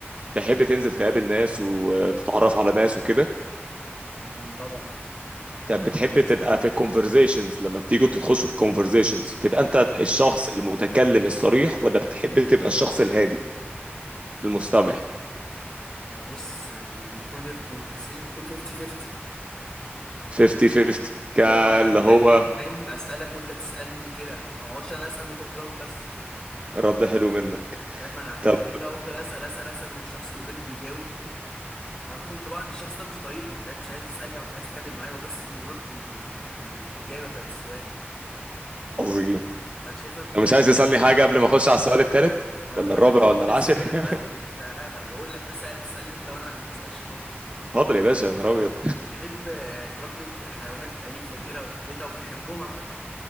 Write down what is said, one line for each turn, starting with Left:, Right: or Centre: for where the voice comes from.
Right: تحب تنزل تقابل ناس وتتعرف على ناس وكده
Left: أمم، طبعا
Right: طب
Left: انا
Right: بتحب
Left: اعرف ناس
Right: تبقى
Left: جديده
Right: في الكونفرزيشنز لما بتيجوا تخشوا في كونفرزيشنز بتبقى
Left: حلو
Right: أنت الشخص المتكلم الصريح ولا بتحب تبقى الشخص الهادي المستمع
Left: ما بص يعني المفروض الكونفرسيشن تكون 50 50
Right: 50 50 كاللي
Left: اللي هو انا اتكلم
Right: هو
Left: فاهم اسالك وانت تسالني كده ما اقعدش انا اسال وانت تجاوب بس
Right: رد حلو منك
Left: فاهم انا يعني
Right: طب
Left: انا لو افضل اسال اسال اسال والشخص اللي قدامي بيجاوب هاخد انطباع ان الشخص ده مش طايقني فاهم مش عايز يسالني او مش عايز يتكلم معايا هو بس بيرد ال... الاجابه بتاعت السؤال
Right: عظيم
Left: ما انا شايفها
Right: لو
Left: لازم
Right: مش عايز تسألني
Left: كام
Right: حاجة
Left: راحه
Right: قبل
Left: جايه
Right: ما أخش على السؤال التالت
Left: ما
Right: ولا
Left: انا بقول
Right: الرابع
Left: لك انا
Right: ولا
Left: كنت
Right: العاشر
Left: لسه جاي
Right: <laughs>
Left: لك دلوقتي كنت هقول لك لسه قاعد تسالني انت وانا ما بسالش خالص
Right: اتفضل يا باشا يا نهار أبيض
Left: بتحب آه، تربي حيوانات اليفه كده في بيتها وبتحبهم عامه